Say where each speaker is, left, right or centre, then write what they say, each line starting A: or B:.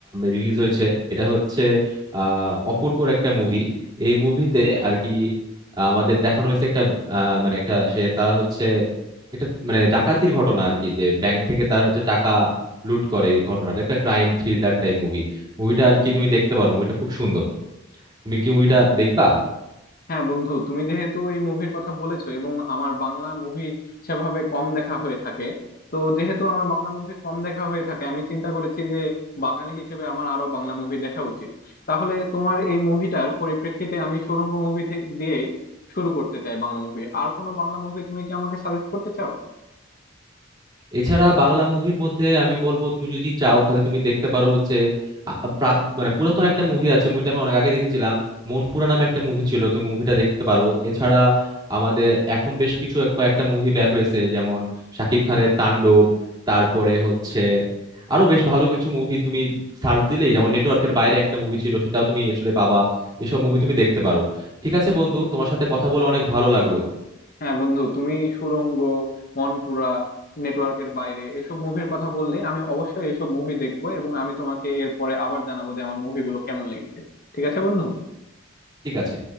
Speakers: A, on the right; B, on the left.
A: রিলিজ হয়েছে এটা হচ্ছে আহ অপূর্বর একটা মুভি এই মুভিতে আর কি আমাদের দেখানো হয়েছে একটা আহ, মানে একটা সে তারা হচ্ছে একটা মানে ডাকাতির ঘটনা আর কি যে ব্যাংক থেকে তারা হচ্ছে টাকা লুট করে এই ঘটনাটা একটা ক্রাইম থ্রিলার টাইপ মুভি মুভিটা আর কি তুমি দেখতে পারো মুভিটা খুব সুন্দর তুমি কি মুভিটা দেখবা
B: হ্যাঁ বন্ধু তুমি যেহেতু এই মুভির কথা বলেছো এবং আমার বাংলা মুভি সেভাবে কম দেখা হয়ে থাকে তো যেহেতু আমার বাংলা মুভি কম দেখা হয়ে থাকে আমি চিন্তা করেছি যে বাঙালি হিসেবে আমার আরো বাংলা মুভি দেখা উচিত তাহলে তোমার এই মুভিটার পরিপ্রেক্ষিতে আমি সুড়ঙ্গ মুভি দিয়েই শুরু করতে চাই বাংলা মুভি আর কোনো বাংলা মুভি তুমি কি আমাকে সাজেস্ট করতে চাও
A: এছাড়া বাংলা মুভির মধ্যে আমি বলবো তুমি যদি চাও তাহলে তুমি দেখতে পারো হচ্ছে আ- আ- প্রা- মানে পুরাতন একটা মুভি আছে মুভিটা আমি অনেক আগে দেখেছিলাম মনপুরা নামে একটা মুভি ছিল তুমি মুভিটা দেখতে পারো এছাড়া আমাদের এখন বেশ কিছু এক- কয়েকটা মুভি বের হয়েছে যেমন শাকিব খানের তাণ্ডব তারপরে হচ্ছে আরো বেশ ভালো কিছু মুভি তুমি সার্চ দিলেই যেমন নেটওয়ার্কের বাইরে একটা মুভি ছিল সেটাও তুমি আসলে পাবা এসব মুভি তুমি দেখতে পারো ঠিক আছে বন্ধু তোমার সাথে কথা বলে অনেক ভালো লাগলো
B: হ্যাঁ বন্ধু তুমি সুড়ঙ্গ মনপুরা নেটওয়ার্কের বাইরে এসব মুভির কথা বললে আমি অবশ্যই এসব মুভি দেখবো এবং আমি তোমাকে এরপরে আবার জানাবো যে আমার মুভিগুলো কেমন লেগেছে ঠিক আছে বন্ধু
A: ঠিক আছে